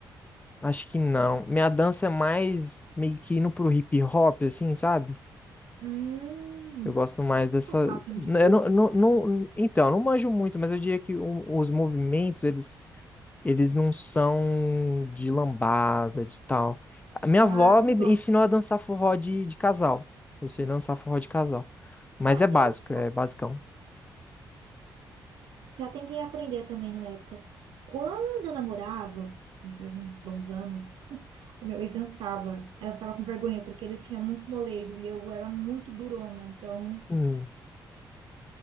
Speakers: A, on the left (about 20°); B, on the right (about 75°).
A: acho que não. Minha dança é mais meio que indo pro hip hop, assim, sabe?
B: Hum,
A: Eu gosto mais dessa...
B: um passinho
A: N-
B: difícil,
A: Eu não, não,
B: então.
A: não- Então, eu não manjo muito, mas eu diria que o- os movimentos, eles... Eles não são de lambada, de tal. A minha
B: Ah,
A: avó me
B: eu gosto.
A: ensinou a dançar forró de, de casal. Eu sei dançar forró de casal. Mas
B: Ah,
A: é básico,
B: esse
A: é basicão.
B: Já tentei aprender também na época. Quando eu namorava, faz uns bons anos, <laughs> o meu ex dançava. Eu ficava com vergonha, porque ele tinha muito molejo e eu era muito durona, então.
A: Hum.